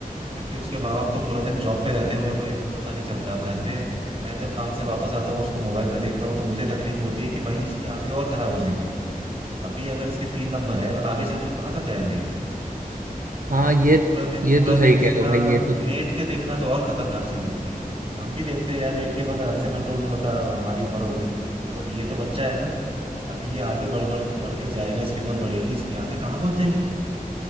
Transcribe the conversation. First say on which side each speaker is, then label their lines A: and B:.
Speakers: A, on the right; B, on the right.
A: क्योंकि उसके माँ बाप तो पूरा दिन जॉब पे रहते हैं उन्हें कोई पता नहीं चलता अब घर पे मैं जब काम से वापस आता हूँ उसको मोबाइल में देखता हूँ तो मुझे तकलीफ होती है कि भाई इसकी आंखें और खराब हो जाएंगी अभी अगर इसके तीन नंबर है आगे चल के कहाँ तक जाएगा ये
B: हाँ ये
A: अब पूरा दिन
B: ये
A: पूरा
B: तो
A: दिन
B: सही
A: देखना
B: कह रहे हो भाई ये तो
A: लेट के देखना तो और खतरनाक चीज होती है हम भी देखते हैं यार लेट के मगर हमसे कंट्रोल नहीं होता अब हमारी उम्र हो गई मगर ये तो बच्चा है ना अभी ये आगे बढ़ बढ़ बढ़ के जाएगा इसकी उम्र बढ़ेगी इसकी आंखें कहाँ पहुंच जाएंगी